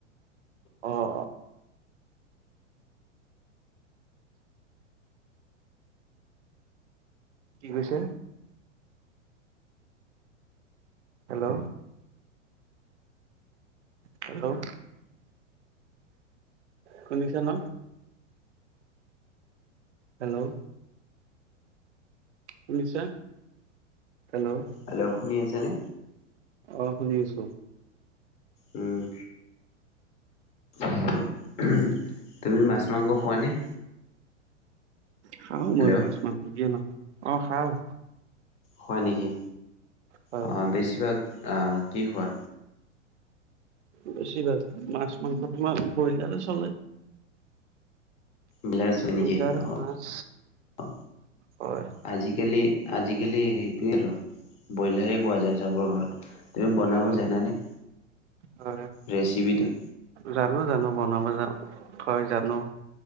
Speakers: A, on the right (about 65°); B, on the left (about 20°).
A: অ অ কি কৈছে? হেল্ল'অ‌ হেল্ল'অ শুনিছা ন? হেল্ল'অ শুনিছা হেল্ল'অ?
B: হেল্ল'অ শুনি আছেনে?
A: অ' শুনি আছোঁ।
B: উম। আৰু তুমি মাছ মাংস খোৱানে?
A: খাও
B: হেল্ল'
A: মই মাছ মাংস। কিয় নাখাম অ খাওঁ?
B: হয় নেকি
A: হয়
B: অ বেছিভাগ কি খোৱা?
A: বেছি ভাগ মাছ মাংস তোমাৰ ব্ৰইলাৰে চলে।
B: ব্ৰইলাৰ চলে
A: ব্ৰইলাৰ
B: নেকি আহ।
A: মাছ হয়
B: আজিকালি আজিকালি সেইটোৱেই আৰু। ব্ৰইলাৰেই খোৱা যায় চবৰ ঘৰত। তুমি
A: হয়
B: বনাব
A: হয়
B: জানানে?
A: হয়
B: ৰেচিপি টো
A: জানো জানো বনাব জানো হয় জানো।